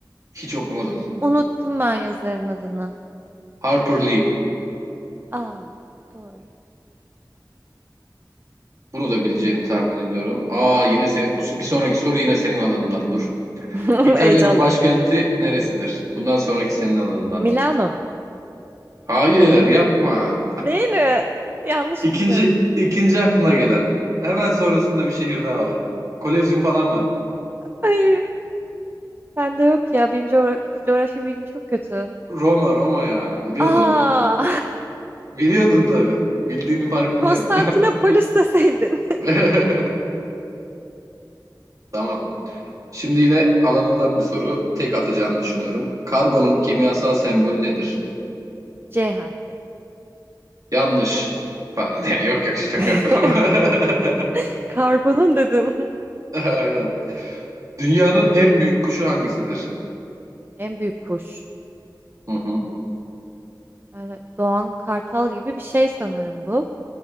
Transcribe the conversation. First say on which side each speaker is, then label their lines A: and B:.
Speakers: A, on the right; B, on the right.
A: Hiç okumadım.
B: unuttum ben yazarın adını.
A: Harper Lee.
B: Aa, doğru.
A: Bunu da bileceğini tahmin ediyorum. Aa yine senin, bu, bir sonraki soru yine senin alanından. Dur.
B: <laughs>
A: İtalya'nın
B: Heyecandan.
A: başkenti neresidir? Bundan sonraki senin alanından.
B: Milano mu?
A: Hayır yapma.
B: Değil mi? Yanlış
A: İkinci,
B: mı biliyorum?
A: ikinci aklına gelen. Hemen sonrasında bir şehir daha var. Kolezyum falan var.
B: Ay, ben de yok ya. Benim coğra- coğrafya bilgim çok kötü.
A: Roma, Roma ya. Biliyordun.
B: Aa!
A: Biliyordun tabii. Bildiğinin farkındayım.
B: <laughs> Konstantinopolis deseydin.
A: <laughs> Tamam. Şimdi yine alanından bir soru. Tek atacağını düşünüyorum. Karbonun kimyasal sembolü nedir?
B: C harfi.
A: Yanlış. Pardon. <laughs> Yok yok şaka
B: <laughs>
A: yapıyorum. <laughs>
B: Karbonun dedin.
A: Aynen. Dünyanın en büyük kuşu hangisidir?
B: En büyük kuş.
A: Hı hı.
B: Yani Doğan Kartal gibi bir şey sanırım bu.